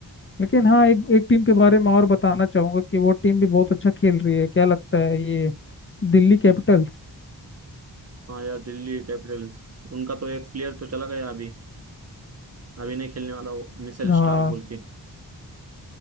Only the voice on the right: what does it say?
हाँ यार दिल्ली कैपिटल्स उनका तो एक प्लेयर तो चला गया अभी अभी नहीं खेलने वाला वो मिशेल
स्टार्क बोल के